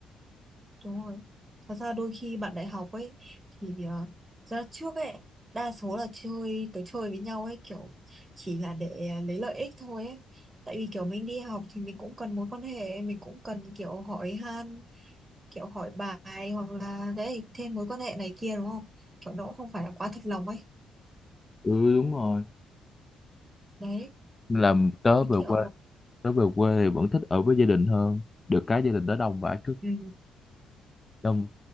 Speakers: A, on the right (about 25°); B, on the left (about 20°).
A: đúng rồi. Thật ra đôi khi bạn đại học ấy thì ờ, ra trước ấy đa số là chơi tới chơi với nhau ấy kiểu chỉ là để lấy lợi ích thôi ấy. Tại vì kiểu mình đi học thì mình cũng cần mối quan hệ, mình cũng cần kiểu hỏi han, kiểu hỏi bài hoặc là đấy thêm mối quan hệ này kia đúng không? Kiểu nó cũng không phải là quá thật lòng ấy.
B: Ừ đúng rồi.
A: đấy
B: Nên là tớ
A: thì
B: về
A: kiểu
B: quê tớ về quê thì vẫn thích ở với gia đình hơn được cái gia đình tớ đông vãi cứ
A: ừ,
B: đông